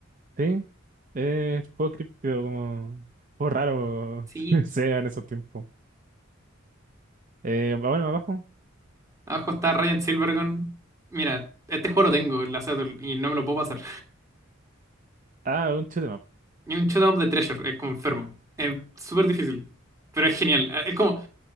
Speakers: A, on the right; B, on the right.
A: Sí, es juego críptico, como juego raro
B: Sí,
A: <laughs> Sega en esos tiempos. Eh, ah, bueno, abajo.
B: abajo está Ryan Silvergun. Mira, este juego lo tengo en la Saturn y no me lo puedo pasar.
A: Ah, un shoot 'em up.
B: Y un Showdown of the Treasure, es como enfermo. Es súper difícil, pero es genial. Es como